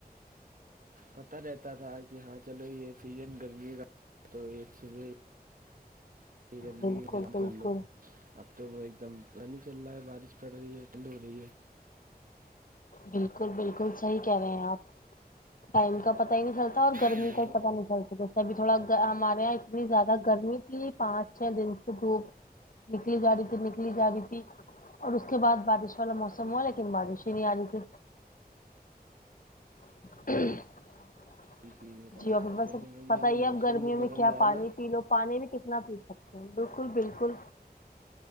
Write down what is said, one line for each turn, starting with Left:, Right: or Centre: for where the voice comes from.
Right: پتا رہتا تھا کہ ہاں چلو یہ سیزن گرمی کا تو ہی یہ صبح یہ گرمی
Left: بالکل
Right: میں آرام
Left: بالکل
Right: کرلو اب تو وہ ایک دم پانی چل رہا ہے بارش پڑ رہی ہے ٹھنڈ ہو رہی ہے
Left: بالکل بالکل صحیح کہہ رہے ہیں آپ ٹائم کا پتا ہی نہیں چلتا اور گرمی
Right: موسم
Left: کوئی پتا نہیں چلتی که ابھی تھوڑا ہمارے یہاں اتنی زیادہ گرمی تھی پانچ چھ دن سے دھوپ نکلی جا رہی تھی نکلی جا رہی تھی اور اس کے بعد بارش والا موسم ہوا لیکن بارش نہیں آ رہی تھی <unintelligible>
Right: کی چیز بتانا
Left: جی ا
Right: چاہتے
Left: بسب
Right: ہیں وہ جو
Left: پتا
Right: ہے نا
Left: ہی
Right: موسم
Left: اب گرمیوں
Right: جو بدل
Left: میں کیا
Right: رہا ہے
Left: پانی
Right: نا
Left: پی لو پانی بھی کتنا پی سکتے ہیں بالکل بالکل